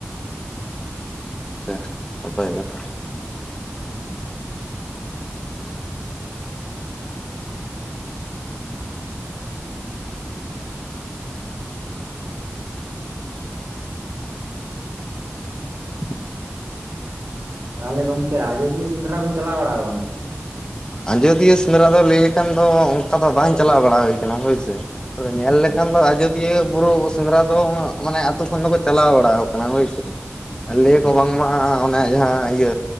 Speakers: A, on the left (about 15°); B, on the right (about 75°).
A: ᱟᱪᱪᱷᱟ ᱱᱟᱯᱟᱭ ᱠᱟᱛᱷᱟ᱾ <inaudible>
B: ᱛᱟᱦᱚᱞᱮ ᱜᱚᱝᱠᱮ ᱟᱡᱚᱫᱤᱭᱟᱹ ᱥᱮᱸᱫᱽᱨᱟ ᱵᱮᱱ ᱪᱟᱞᱟᱣ ᱵᱟᱲᱟ ᱠᱟᱱᱟ ᱥᱮ ᱵᱟᱝ?
A: ᱟᱡᱚᱫᱤᱭᱟᱹ ᱥᱮᱸᱫᱽᱨᱟ ᱫᱚ ᱞᱟᱹᱭ ᱞᱮᱠᱷᱟᱱ ᱫᱚ ᱚᱝᱠᱟ ᱫᱚ ᱵᱟᱝ ᱪᱟᱞᱟᱣ ᱵᱟᱲᱟ ᱦᱩᱭ ᱠᱟᱱᱟ ᱦᱳᱭᱥᱮ ᱾ ᱧᱮᱞ
B: ᱦᱩᱸ
A: ᱞᱮᱠᱷᱟᱱ ᱫᱚ ᱟᱡᱚ ᱤᱭᱟᱹ ᱵᱩᱨᱩ ᱥᱮᱸᱫᱽᱨᱟ ᱫᱚ ᱢᱟᱱᱮ ᱟᱹᱛᱩ ᱠᱷᱚᱱ ᱫᱚᱠᱚ ᱪᱟᱞᱟᱣ ᱵᱟᱲᱟᱣ ᱠᱟᱱᱟ ᱦᱳᱭ ᱥᱮ ᱾ ᱞᱟᱹᱭᱟᱠᱚ
B: ᱦᱩᱸ
A: ᱵᱟᱝᱢᱟ ᱚᱱᱮ ᱡᱟᱦᱟᱸ ᱤᱭᱟᱹ